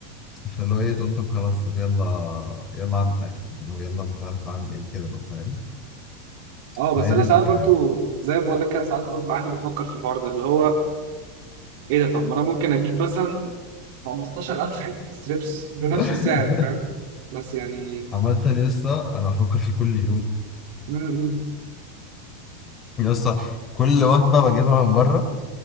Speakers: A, on the left (about 25°); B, on the right (about 60°).
A: فاللي هو ايه تقول طب خلاص طب يلا يلا اعمل اكل مثلا ويلا مش عارف اعمل ايه كده بقى فاهم
B: اه بس
A: فهي
B: انا
A: دي الفكره
B: ساعات برضو
A: يعني
B: زي ما بقول لك كده ساعات غصب عني بفكر في الحوار ده اللي هو ايه ده طب ما انا ممكن اجيب مثلا 15000 حته ستريبس بنفس
A: <laughs>
B: السعر فاهم بس يعني
A: عامة يا اسطى انا بفكر فيه كل يوم
B: م- م-
A: يا اسطى كل وجبه بجيبها من بره